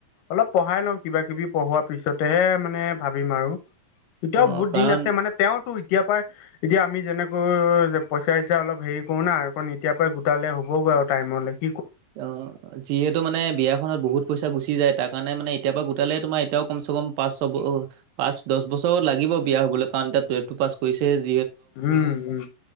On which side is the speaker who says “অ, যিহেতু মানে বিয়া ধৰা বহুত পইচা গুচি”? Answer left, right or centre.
Right